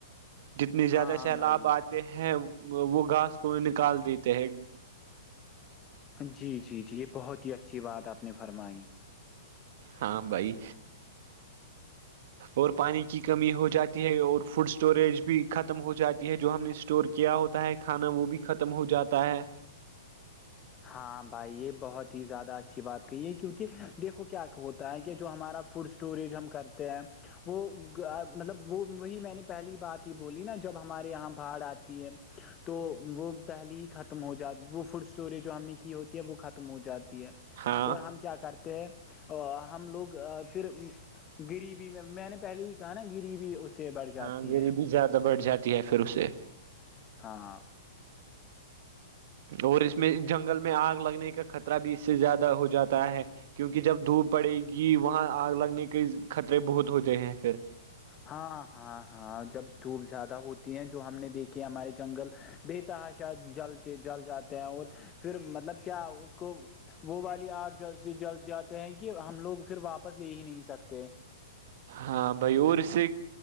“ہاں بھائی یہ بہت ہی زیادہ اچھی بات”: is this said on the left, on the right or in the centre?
Left